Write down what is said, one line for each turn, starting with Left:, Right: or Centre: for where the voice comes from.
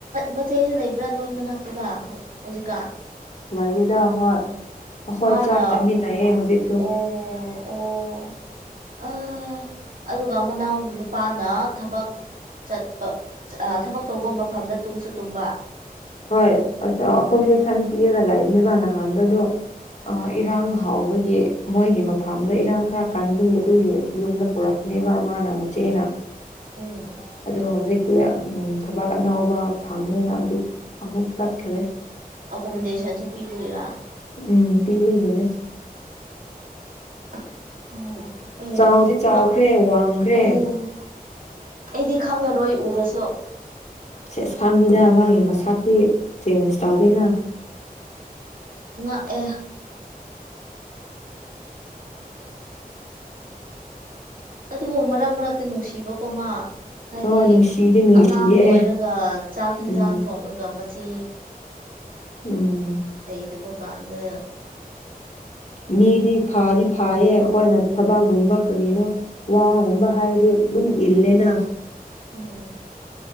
Right: ꯃꯆꯦꯁꯨ ꯂꯩꯕ꯭ꯔꯥ ꯅꯣꯏ ꯃꯅꯥꯛꯇꯨꯗ ꯍꯧꯖꯤꯛꯀꯥꯟ
Left: ꯂꯩꯌꯦꯗ ꯍꯣꯏ ꯑꯩꯈꯣꯏ
Right: ꯃꯥꯅ
Left: ꯆꯥꯛ ꯆꯥꯃꯤꯟꯅꯩꯌꯦ ꯍꯧꯖꯤꯛꯁꯨ
Right: ꯑꯣ ꯑꯣ ꯑ ꯑꯗꯨꯒ ꯃꯅꯥꯎ ꯅꯨꯄꯥꯅ ꯊꯕꯛ ꯆꯠꯄ ꯊꯕꯛ ꯇꯧꯕ ꯃꯐꯝꯗ ꯇꯨꯝꯁꯨ ꯇꯨꯝꯕ
Left: ꯍꯣꯏ ꯑꯁ ꯑꯀꯣꯃꯤꯗꯦꯁꯟ ꯄꯤꯔꯒ ꯂꯩꯕꯅꯦꯕ ꯅꯍꯥꯟꯗꯗꯣ
Right: ꯎꯝ
Left: ꯏꯔꯥꯡ ꯍꯥꯎꯕꯒꯤ ꯃꯣꯏꯒꯤ ꯃꯐꯝꯗ ꯏꯔꯥꯡ ꯈꯔ ꯀꯟꯕꯒꯤ ꯑꯗꯨꯒꯤ ꯌꯨꯝꯗ ꯄꯨꯔꯛ ꯅꯦꯕ ꯃꯥꯅ ꯃꯆꯦꯅ
Right: ꯎꯝ
Left: ꯑꯗꯣ ꯍꯧꯖꯤꯛꯇꯤ ꯊꯕꯥꯛ ꯑꯅꯥꯎꯕ ꯐꯪꯉꯦꯅ ꯑꯗꯨ ꯑꯃꯨꯛ ꯆꯠꯈꯔꯦ
Right: ꯑꯦꯀꯣꯃꯣꯗꯦꯁꯟꯁꯨ ꯄꯤꯕꯒꯤꯔꯥ
Left: ꯎꯝ ꯄꯤꯕꯒꯤꯅꯦ
Right: <unintelligible> ꯑꯣ ꯑꯦ
Left: ꯆꯥꯎꯗꯤ ꯆꯥꯎꯈ꯭ꯔꯦ ꯋꯥꯡꯈ꯭ꯔꯦ
Right: ꯑꯩ ꯑꯩꯗꯤ ꯈꯪꯉꯔꯣꯏ ꯎꯔꯁꯨ
Left: ꯁꯦꯁ ꯈꯥꯡꯅꯤꯗ ꯃꯥꯒꯤ ꯃꯁꯇꯤ ꯆꯦꯟꯖ ꯇꯧꯗꯦꯅ
Right: ꯉꯥꯛꯑꯦ ꯑꯗꯨꯕꯨ ꯃꯔꯛ ꯃꯔꯛꯇ ꯅꯨꯡꯁꯤꯕꯀꯣ ꯃꯥ ꯍꯥꯏꯗꯤ
Left: ꯍꯣꯏ ꯅꯨꯡꯁꯤꯗꯤ ꯅꯨꯡꯁꯤꯌꯦ
Right: ꯑꯉꯥꯡ ꯑꯣꯏꯔꯒ ꯆꯥꯛ ꯌꯦꯟꯁꯥꯡ
Left: ꯎꯝ
Right: ꯊꯣꯡꯉꯒ ꯃꯆꯦ
Left: ꯎꯝ
Right: ꯂꯩꯇꯕꯒꯥꯟꯗ
Left: ꯃꯤꯗꯤ ꯐꯗꯤ ꯐꯥꯌꯦ ꯑꯩꯈꯣꯏꯅ ꯊꯕꯛꯒꯨꯝꯕ ꯀꯔꯤꯅꯣ ꯋꯥꯒꯨꯝꯕ ꯍꯥꯏꯔꯗꯤ ꯑꯗꯨꯝ ꯏꯜꯂꯦꯅꯥ
Right: ꯎꯝ